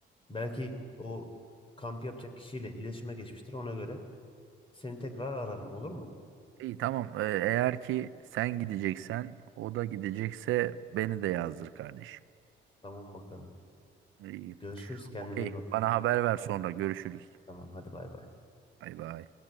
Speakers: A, on the left; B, on the right.
A: Belki o kamp yapacak kişiyle iletişime geçmiştir ona göre. Seni tekrar ararım olur mu?
B: İyi tamam. E, eğer ki sen gideceksen o da gidecekse beni de yazdır kardeşim.
A: Tamam bakalım.
B: İyi.
A: Görüşürüz kendine
B: Okey.
A: iyi bak.
B: Bana haber ver sonra. Görüşürüz.
A: Tamam hadi bay bay.
B: Bay bay.